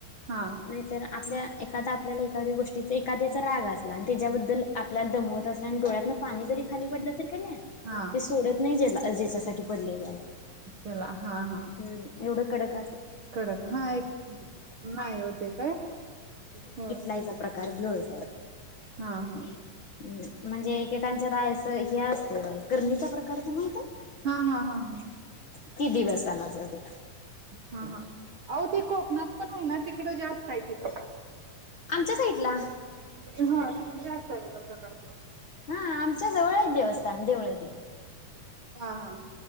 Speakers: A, on the right; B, on the left.
A: हा
B: नाही तर आपल्या, एखादा आपल्याला एखाद्या गोष्टीत एखाद्याचा राग असला, नी त्याच्याबद्दल आपल्याला <unintelligible> तसंल्याने डोळ्यातन पानी जरी खाली पडलं तर कणी
A: हा
B: ते सोडत नाय ज्याला. ज्याच्यासाठी पडलय त्याला.
A: त्याला हा हा.
B: हम्म एवढं कडक अस
A: कडक. हा एक नाही होते काय, होय
B: ईटलाईचा प्रकार लोजळाई ये.
A: हा. हा.
B: म म्हणजे एकेकांनंचात आहे अस हे अस त. करणीचा प्रकारच तर माहित हाय?
A: हा हा हा हा
B: ती दिवसानाच ते,
A: हा हा. आओ ते कोकणात, पण आहे ना तिकडं जास्त आहे, तित
B: आमच्या साईटला
A: हा तिकडे जास्त आहे बघा प्रकार तो.
B: हा आमच्या जवळ आहेत देवस्थान. देवळ ती.
A: हा हा